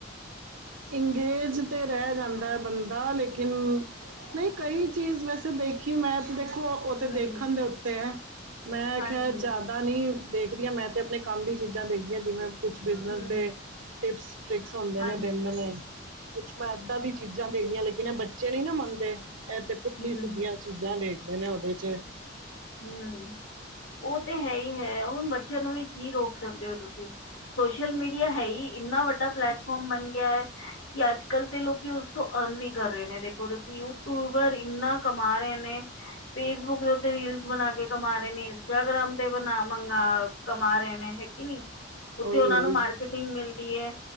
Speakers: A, on the right (about 85°); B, on the left (about 90°).
A: ਇੰਗੇਜ ਤੇ ਰਹਿ ਜਾਂਦਾ ਹੈ ਬੰਦਾ ਲੇਕਿਨ ਨਹੀਂ ਕਈ ਚੀਜ਼ ਵੈਸੇ ਦੇਖੀ ਮੈਂ ਦੇਖੋ ਉਹ ਤੇ
B: ਹੂੰ
A: ਦੇਖਣ ਦੇ ਉੱਤੇ ਹੈ ਮੈਂ
B: ਹਾਂਜੀ
A: ਖਿਆ ਜ਼ਿ ਆਦਾ ਨੀ ਦੇਖਦੀ ਆਂ ਮੈਂ ਤੇ ਆਪਣੇ ਕੰਮ ਦੀ ਚੀਜ਼ਾਂ ਦੇਖਦੀ ਆ ਜਿਵੇਂ ਕੁਛ ਬਿਜਨਸ
B: ਹੂੰ
A: ਦੇ, ਟਿਪਸ ਟ੍ਰਿਕਸ ਹੁੰਦੇ
B: ਹਾਂਜੀ
A: ਨੇ। ਦਿੰਦੇ ਕੁਛ ਮੈਂ ਏਦਾਂ ਦੀ ਚੀਜ਼ਾਂ ਦੇਖਦੀ ਆ ਲੇਕਿਨ ਇਹ ਬੱਚੇ ਨੀ ਨਾ ਮੰਨਦੇ ਇਹ ਤੇ ਪੁੱਠੀ
B: ਹੂੰ
A: ਸਿੱਧੀਆਂ ਚੀਜ਼ਾਂ ਦੇੇਖਦੇ ਨੇ ਉਹਦੇ ਚ।
B: ਹੂੰ ਉਹ ਤੇ ਹੈ ਹੀ ਹੈ ਹੁਣ ਬੱਚਿਆਂ ਨੂੰ ਵੀ ਕੀ ਰੋਕ ਸਕਦੇ ਹੋ ਤੁਸੀਂ। ਸੋਸ਼ਲ ਮੀਡੀਆ ਹੈ ਹੀ ਇੰਨਾ ਵੱਡਾ ਪਲੈਟਫਾਰਮ ਬਣ ਗਿਆ ਐ। ਕਿ ਅੱਜਕੱਲ ਤੇ ਲੋਕੀ ਉਸ ਤੋਂ ਅਰਨ ਵੀ ਕਰ ਰਹੇ ਨੇ ਦੇਖੋ ਤੁਸੀਂ ਯੂਟਿਊਬਰ ਇੰਨਾ ਕਮਾ ਰਹੇ ਨੇ। ਫੇਸਬੁੱਕ ਦੇ ਉੱਤੇ ਵੀ ਬਣਾ ਕੇ ਕਮਾ ਰਹੇ ਨੇ ਇੰਸਟਾਗ੍ਰਾਮ ਤੇ ਬਣਾ ਮੰਗ ਕਮਾ ਰਹੇ ਨੇ ਹੈ ਕੀ ਨੀ। ਉਤੇ
A: ਉਹੀ
B: ਉਹਨਾਂ
A: ਉਹੀ
B: ਨੂੰ ਮਾਰਕੀਟਿੰਗ ਮਿਲਦੀ ਐ।